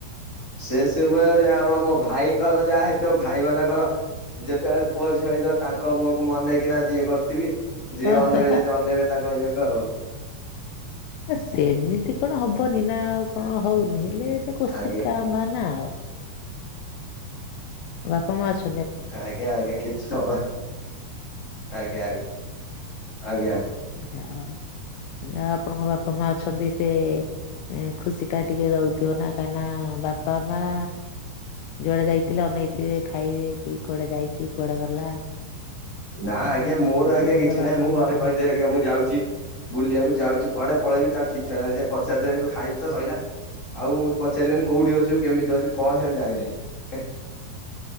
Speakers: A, on the left; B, on the left.
A: ସେ ସମୟରେ ଆମ ମୋ ଭାଇଙ୍କର ଯାହା ହେଇଥିବ ଭାଇ ମାନଙ୍କର ଯେତେବେଳେ ପୁଅ ଝିଅ ହେଇଯିବ, ତାଙ୍କ ମୁହଁକୁ ମୁଁ ଅନେଇକିନା ଯିଏ କରିଥିବି। ଯିଏ
B: ଓହୋ
A: ଅନେଇବେ ଯଦି ଅନେଇବେ ତାଙ୍କ ଇଏକୁ ଆଉ।
B: ଆ ସେମିତି କଣ ହବନି ନା ଆଉ କଣ ହଉନି ହେଲେ ଏଇଟା <unintelligible>
A: ଆଜ୍ଞା
B: ନୁହେଁ ନା ଆଉ। ହ <inaudible> ବାପା ମାଆ ଅଛ
A: ଆଜ୍ଞା ଆଜ୍ଞା କିଛି <unintelligible> ଆଜ୍ଞା ଆଜ୍ଞା। ଆଜ୍ଞା।
B: ଯାହା ହବ। ଆଉ ଆପଣଙ୍କ ବାପା ମାଆ ଅଛନ୍ତି ସେ ଏଁ ଖୁସିଟା ଟିକେ ରହୁଥିବ ନା କାହିଁକି ନା ବାପା ମାଆ ଯୁଆଡେ ଯାଇଥିଲେ ଅନେଇଥିବେ ଖାଇବେ କି କୁଆଡେ ଯାଇଛି କୁଆଡେ ଗଲା।
A: ନା ଆଜ୍ଞା
B: ଆଉ
A: ମୋର ଆଜ୍ଞା
B: ଆମର
A: କିଛି
B: ତ ବାପା
A: ନାହିଁ ମୁଁ ଘରେ
B: ମା ଆଉ
A: କହିଦେବି ଆଜ୍ଞା ମୁଁ ଯାଉଛି ବୁଲିବାକୁ ଯାଉଛି କୁଆଡେ ପଳେଇବି ତା ଠିକ ଠିକଣା ନାଇଁ। ସେ ପଚାରି ଦେବେ ତୁ ଖାଇଚୁ ତ ସଇଲା। ଆଉ ପଚାରିବେନି କୋଉଠି ଅଛୁ? କେମିତି ଅଛୁ? କଣ ସେମାନେ ଜାଣିବେନି। ହେଁ।